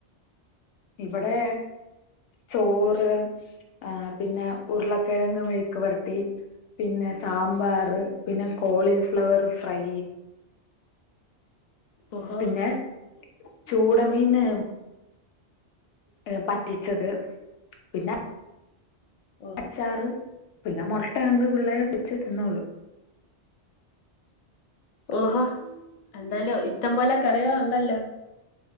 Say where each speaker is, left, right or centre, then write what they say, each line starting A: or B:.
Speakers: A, on the left (about 85°); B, on the left (about 60°).
A: ഇവടെ ചോറ് ആ പിന്നെ ഉരുളക്കിഴങ്ങ് മെഴുക്ക് പുരട്ടി. പിന്നെ സാമ്പാറ് പിന്നെ കോളിഫ്ലവർ ഫ്രൈ.
B: ഓഹോ
A: പിന്നെ ചൂടമീന്ന് ഏ പറ്റിച്ചത്. പിന്നെ
B: ഓഹ്
A: അച്ചാറ് പിന്നെ മൊട്ട യൊണ്ട് പിള്ളേര് പൊര്ച്ച് തിന്നോളും.
B: ഓഹോ എന്താലു ഇഷ്ടം പോലെ കറികൾ ഉണ്ടല്ലോ.?